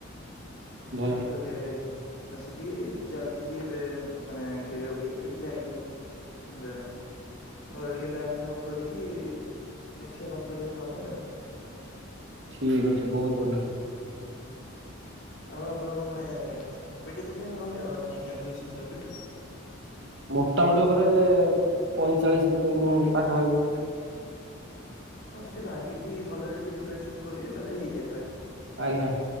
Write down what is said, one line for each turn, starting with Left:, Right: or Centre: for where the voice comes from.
Right: ଭଲ
Left: ତାପରେ। ଆସିକି ଯାଇଥିଲି ଏବେ ମାନେ ଖେଳିବାକୁ ଟିକେ ଖେଳିକି ଆଇଲି ସନ୍ଦ୍ୟା ବେଳେ। ଘରେ ଟିକେ ବ୍ୟାୟାମ ଫ୍ୟାୟାମ କରିକି ଦେଖିବା କଣ କରିବା କାମରେ ଆଉ।
Right: ଠିକ୍ ଅଛି ବହୁତ ବଢ଼ି।
Left: <unintelligible> ଆଉ ଆପଣଙ୍କ ମାନେ ଏବେ କେତେ ଦିନ ରହିଲା ମାନେ କ୍ୟାଲ୍କୁଲେସନ ହିସାବରେ।
Right: ମୋଟାମୋଟି ଉପରେ ପଇଁଚାଳିଶ ଦିନ ପାଖାପାଖି
Left: ହଁ ଯଦି ଭାଙ୍ଗିକି ଭଲରେ ଟିକେ ପ୍ରିପାରେସନ୍ କରିବେ ତାହେଲେ ହେଇଯାଇପାର।
Right: ଆଜ୍ଞା